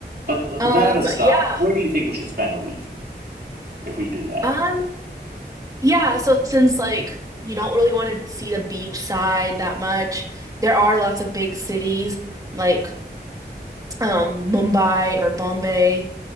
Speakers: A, on the right; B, on the right.
A: But uh,
B: Um,
A: that aside,
B: yeah.
A: where do you think we should spend a week if we do that?
B: Um, yeah, so since like you don't really want to see the beach side that much, there are lots of big cities like um Mumbai or Bombay.